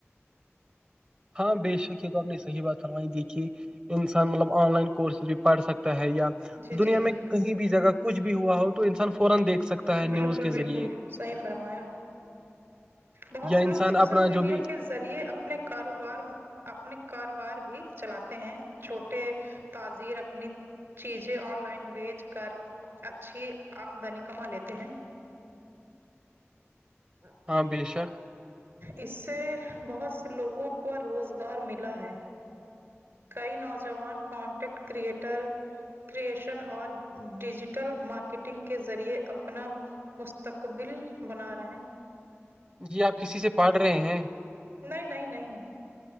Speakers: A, on the right; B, on the right.
A: ہاں بے شک یہ تو آپ نے صحی بات فرمائی دیکھی انسان مطلب آن لائن کورسز بھی پڑھ سکتا ہے یا
B: جی
A: دنیا
B: جی
A: میں کہیں بھی جگہ کچھ بھی ہوا ہو تو انسان فورا دیکھ سکتا ہے نیوز
B: بالکل
A: کے
B: بالکل
A: ذریعے
B: صحیح فرمایا بہت
A: یا
B: سے لوگ
A: انسان
B: سوشل
A: اپنا
B: میڈیا
A: جو بھی
B: کے ذریعے اپنے کاروبار اپنے کاروبار بھی چلاتے ہیں چھوٹے تازیر اپنی چیزیں آن لائن بیچ کر اچھی آمدنی کما لیتے ہیں آ
A: ہاں بے شک
B: اس سے بہت سے لوگوں کو روزگار ملا ہے کئی نوجوان کانٹینٹ کریئٹر کرشن اور ڈیجیٹل مارکیٹنگ کے ذریعے اپنا مستقبل بنا رہے
A: جی آپ کسی سے پڑ رہے ہیں
B: نہیں نہیں نہیں